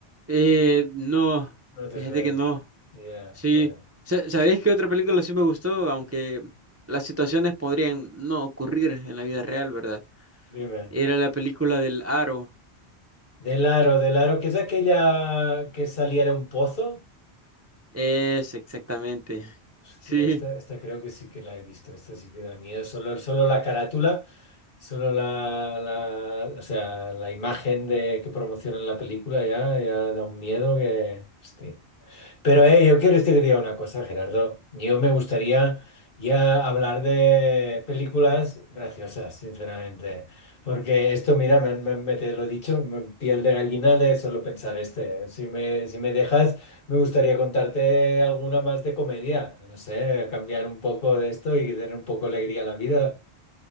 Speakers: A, on the right; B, on the left.
A: eh, no,
B: No te
A: fíjate
B: suena.
A: que no.
B: Ya,
A: Sí,
B: bueno.
A: Sa- ¿sabéis qué otra película sí me gustó? Aunque las situaciones podrían no ocurrir en la vida real, ¿verdad?
B: Dime.
A: Era la película del Aro.
B: Del aro, del aro, que es aquella que salía de un pozo?
A: Es exactamente.
B: Hostia,
A: Sí,
B: esta, esta creo que sí que la he visto. Esta sí que da miedo. Solo, solo la carátula, solo la, la- o sea, la imagen de que promocionan la película ya, ya da un miedo que. hostia. Pero eh, yo quiero decir diga una cosa, Gerardo. Yo me gustaría ya hablar de películas graciosas, sinceramente. Porque esto, mira, me, me- me te lo he dicho, me- piel de gallina de solo pensar este. ¿eh? Si me, si me dejas, me gustaría contarte alguna más de comedia. No sé, cambiar un poco de esto y tener un poco de alegría a la vida.